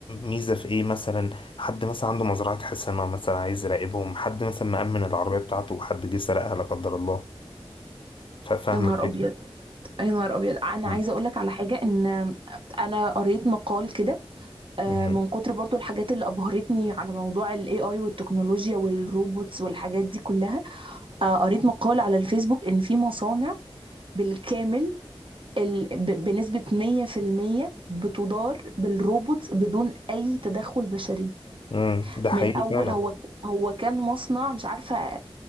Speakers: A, on the left; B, on the right.
A: ميزة في ايه مثلا حد مثلا عنده مزرعة حصانة مثلا عايز يراقبهم حد مثلا مأمن العربية بتاعته وحد جه سرقها لا قدر الله ف- فاهم
B: يا نهار
A: الفكرة
B: ابيض يا نهار ابيض انا
A: مم.
B: عايزه اقول لك على حاجه ان انا قريت مقال كده آه،
A: مم.
B: من كتر برضو الحاجات اللي أبهرتني على موضوع ال AI والتكنولوجيا والروبوتس والحاجات دي كلها آه، قريت مقال على الفيسبوك إن في مصانع بالكامل ال... ب... بنسبة 100% بتدار بالروبوتس بدون أي تدخل بشري
A: مم. ده حقيقي
B: من أول
A: فعلا
B: هو هو كان مصنع مش عارفة